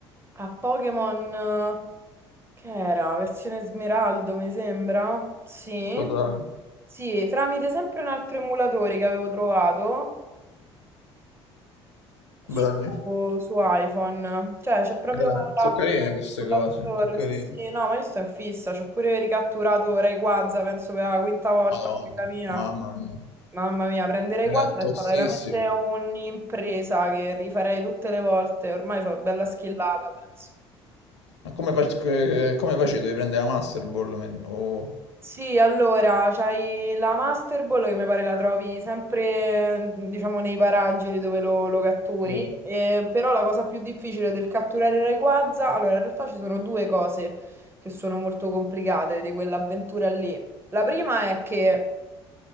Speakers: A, on the right; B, on the left.
A: a Pokémon, eh, che era? Versione Smeraldo, mi sembra. Sì.
B: Totale.
A: Sì, tramite sempre un altro emulatore che avevo trovato. su,
B: Belli.
A: su iPhone. Cioè, c'è proprio
B: Eh,
A: l'app
B: sono carine queste
A: sull'App
B: cose,
A: Store.
B: sono carine.
A: Sì, sì, no, ma io sto in fissa. C'ho pure ricatturato Ray Quaza, penso per la quinta volta
B: Madonna,
A: in vita mia.
B: mamma mia.
A: Mamma mia, prendere
B: È
A: Ray Quaza
B: tostissimo.
A: è stata veramente un'impresa che rifarei tutte le volte. Ormai sono bella schillata, penso.
B: Ma come, fac- eh, come facevi? Dovevi prendere la Master Ball? men- O...
A: Sì, allora, c'hai la Master Ball che mi pare la trovi sempre, mhmm, diciamo, nei paraggi dove lo, lo catturi,
B: Sì.
A: eh, però la cosa più difficile del catturare il Rayquaza, allora, in realtà ci sono due cose che sono molto complicate di quell'avventura lì. La prima è che